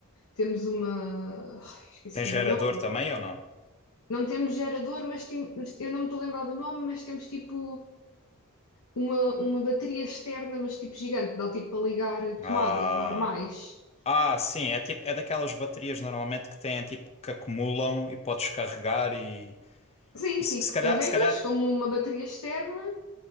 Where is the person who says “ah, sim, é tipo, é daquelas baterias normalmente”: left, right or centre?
Left